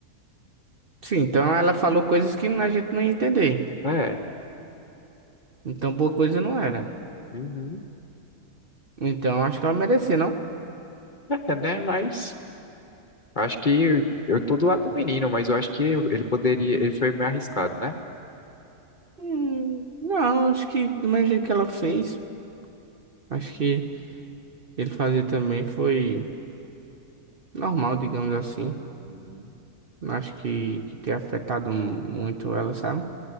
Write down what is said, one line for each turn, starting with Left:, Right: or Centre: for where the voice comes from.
Right: Sim, então ela falou coisas que a gente não ia entender.
Left: É,
Right: Então boa coisa não era.
Left: uhum.
Right: Então acho que ela merecia, não?
Left: É, né? Mas acho que eu tô do lado do menino, mas eu acho que ele poderia. Ele foi meio arriscado, né?
Right: Hum, não, acho que do mesmo jeito que ela fez. Acho que ele fazer também foi normal, digamos assim.
Left: Uhum.
Right: Não acho que, que tenha afetado muito ela, sabe?